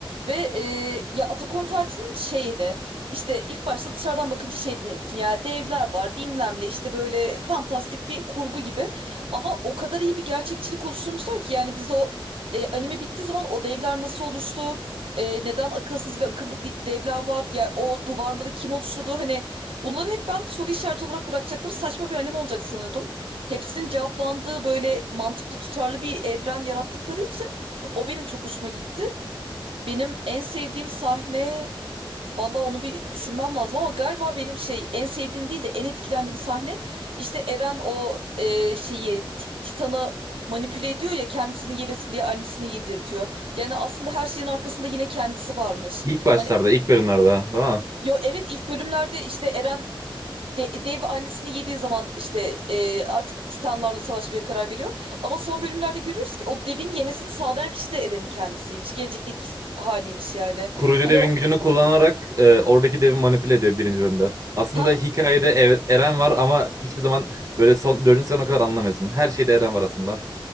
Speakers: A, on the right; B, on the right.
A: Ve e, ya Attack on Titan'ın şeydi. İşte ilk başta dışarıdan bakınca şeydi benim için. Ya devler var bilmem ne işte böyle fantastik bir kurgu gibi. Ama o kadar iyi bir gerçekçilik oluşturmuşlar ki yani biz o e, anime bittiği zaman o devler nasıl oluştu? E, neden akılsız ve akıllı di- devler var? Ya o duvarları kim oluşturdu? Hani Bunları hep ben soru işareti olarak bırakacakları saçma bir anime olacak sanıyordum. Hepsinin cevaplandığı böyle mantıklı tutarlı bir evren yarattıkları için o benim çok hoşuma gitti. Benim en sevdiğim sahne valla onu bir düşünmem lazım ama galiba benim şey en sevdiğim değil de en etkilendiğim sahne işte Eren o e, şeyi Ti- Titan'ı manipüle ediyor ya kendisini yemesin diye annesini yedirtiyor. Yani aslında her şeyin arkasında yine kendisi varmış.
B: İlk başlarda,
A: Hani
B: ilk bölümlerde, değil mi?
A: Yo evet ilk bölümlerde işte Eren de- dev annesini yediği zaman işte e, artık Titanlarla savaşmaya karar veriyor. Ama son bölümlerde görüyoruz ki o devin yemesini sağlayan kişi de Eren'in kendisiymiş. Gelecekteki haliymiş yani.
B: Kurucu
A: Hani
B: devin
A: o
B: gücünü kullanarak e, oradaki devi manipüle ediyor birinci bölümde. Aslında
A: ha
B: hikayede Ev- Eren var ama hiçbir zaman böyle son, dördüncü sezona kadar anlamıyorsun. Her şeyde Eren var aslında.